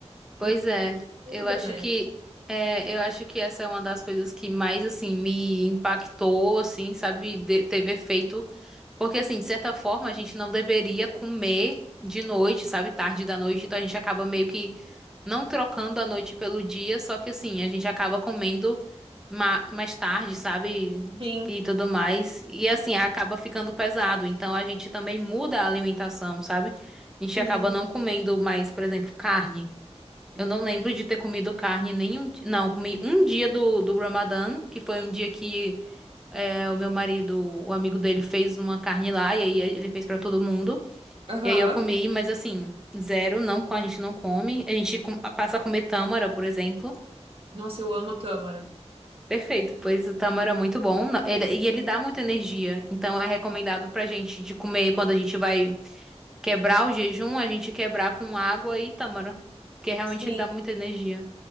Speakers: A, on the right; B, in the centre.
A: O
B: Pois
A: tempo
B: é,
A: muda,
B: eu acho
A: né?
B: que é, eu acho que essa é uma das coisas que mais assim me impactou, assim, sabe, de- teve efeito, porque assim, de certa forma, a gente não deveria comer de noite, sabe, tarde da noite, então a gente acaba meio que não trocando a noite pelo dia, só que assim, a gente acaba comendo ma- mais tarde, sabe?
A: Sim,
B: E tudo mais. E assim, acaba ficando pesado. Então a gente também muda a alimentação, sabe? A gente
A: sim.
B: acaba não comendo mais, por exemplo, carne. Eu
A: Hum.
B: não lembro de ter comido carne nenhum. Não, comi um dia do, do Ramadã, que foi um dia que é, o meu marido, o amigo dele, fez uma carne lá, e aí ele fez pra todo mundo.
A: Aham.
B: E aí eu comi, mas assim, zero, não, a gente não come. A gente com- passa a comer tâmara, por exemplo.
A: Nossa, eu amo tâmara.
B: Perfeito, pois o tâmara é muito bom. na- ele- e ele dá muita energia. Então é recomendado pra gente de comer quando a gente vai quebrar o jejum, a gente quebrar com água e tâmara. Porque realmente
A: Sim.
B: ele dá muita energia.